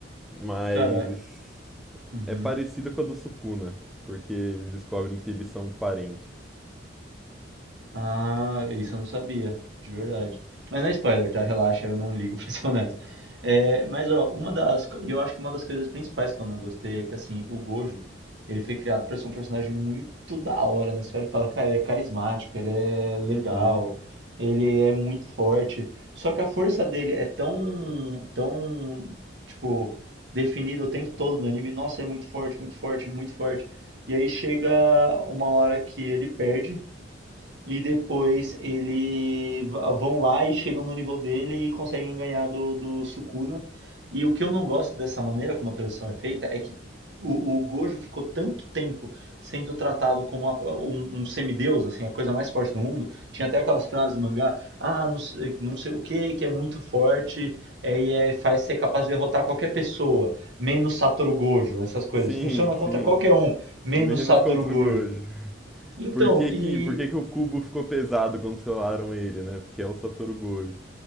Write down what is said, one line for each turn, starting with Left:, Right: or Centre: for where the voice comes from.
Centre: mas
Right: Cara, uhum.
Centre: é parecida com a do Sukuna, porque eles descobrem que eles são parentes.
Right: Ah, isso eu não sabia, de verdade. Mas não é spoiler, tá? Relaxa, eu não ligo <laughs> pra ser honesto. É, mas ó, uma das, co- e eu acho que uma das coisas principais que eu não gostei é que assim, o Gojo, ele foi criado pra ser um personagem muito da hora, né? Você olha e fala, cara, ele é carismático, ele é legal,
Centre: Uhum.
Right: ele é muito forte. Só que a força dele é tão, tão, tipo, definida o tempo todo no anime. Nossa, ele é muito forte, muito forte, muito forte. E aí chega uma hora que ele perde e depois ele va- vão lá e chegam no nível dele e conseguem ganhar do, do Sukuna. E o que eu não gosto dessa maneira como a transição é feita é que o, o Gojo ficou tanto tempo sendo tratado como a- um, um semideus, assim, a coisa mais forte do mundo. Tinha até aquelas frases do mangá, ah, não, sei- não sei o que, que é muito forte, é, e é- faz ser capaz de derrotar qualquer pessoa, menos Satoru Gojo, essas coisas.
Centre: Sim,
Right: Funciona contra
Centre: sim.
Right: qualquer um, menos
Centre: Menos
Right: Satoru
Centre: contra
Right: Gojo.
Centre: o Gojo.
Right: Então,
Centre: Por que
Right: e
Centre: que, por que que o cubo ficou pesado quando selaram ele, né? Porque é o Satoru Gojo.